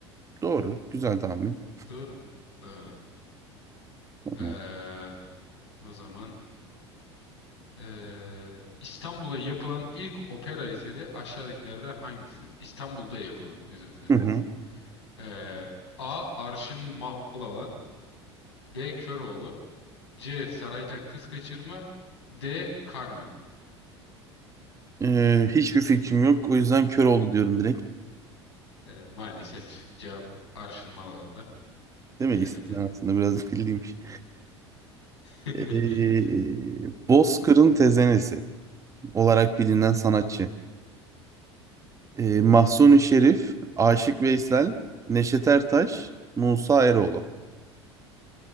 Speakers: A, on the right; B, on the left.
A: Doğru. Güzel tahmin.
B: Doğru mu? Doğru.
A: Tamam.
B: Ee, o zaman Ee, İstanbul'a yapılan ilk opera eseri aşağıdakilerden hangisidir? İstanbul'da yapılan, özür dilerim.
A: Hı hı.
B: Ee, A. Arşın Malalan B. Köroğlu C. Saraydan Kız Kaçırma D. Carmen
A: E, hiçbir fikrim yok. O yüzden kör oldu diyorum
B: Ee, Maalesef cevap Arşın Malalan'da.
A: Değil mi?
B: Bilemedin.
A: İsimler aslında biraz <laughs> bildiymiş.
B: <laughs>
A: Eee Bozkır'ın tezenesi olarak bilinen sanatçı. Eee Mahsuni Şerif, Aşık Veysel, Neşet Ertaş, Musa Eroğlu.